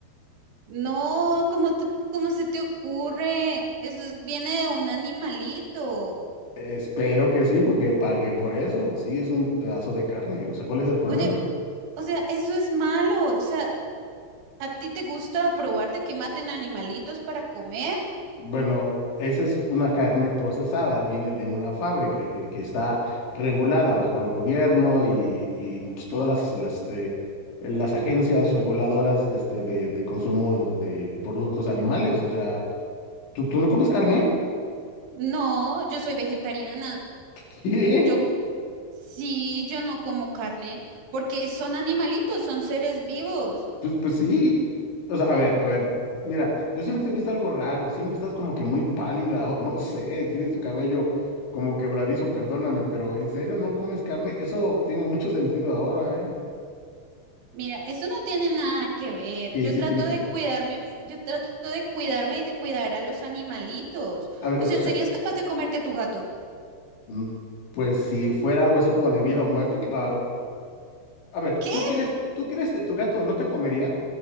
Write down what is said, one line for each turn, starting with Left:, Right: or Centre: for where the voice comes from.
Right: No, ¿cómo te- cómo se te ocurre? Eso es- viene de un animalito.
Left: Espero que sí, porque pagué por eso. Sí, es un pedazo de carne. O sea, ¿cuál es el problema?
Right: Oye, o sea, eso es malo. O sea, ¿a ti te gusta probar de que maten animalitos para comer?
Left: Bueno, esa es una carne procesada, viene de una fábrica que, que está regulada bajo el gobierno y, y, pues, todas las, las, este, las agencias reguladoras de, este, de, de consumo de productos animales. O sea, ¿tú, tú no comes carne?
Right: No, yo soy vegetariana.
Left: <laughs> ¿Qué?
Right: Yo sí, yo no como carne porque son animalitos, son seres vivos.
Left: Pues, pues sí. O sea, a ver, a ver. Mira, yo siempre te he visto algo raro. Siempre estás como que muy pálida o no sé. Tienes tu cabello como quebradizo, perdóname, pero ¿en serio no comes carne? Eso tiene mucho sentido ahora, ¿eh?
Right: Mira, eso no tiene nada que ver.
Left: Sí,
Right: Yo
Left: sí
Right: trato
Left: tiene que.
Right: de cuidarme, yo trato de cuidarme y de cuidar a los animalitos.
Left: A ver,
Right: O
Left: escucha.
Right: sea, ¿serías capaz de comerte a tu gato?
Left: mm, Pues si fuera algo así como de vida o muerte, claro. A ver,
Right: ¿Qué?
Left: ¿tú crees, tú crees que tu gato no te comería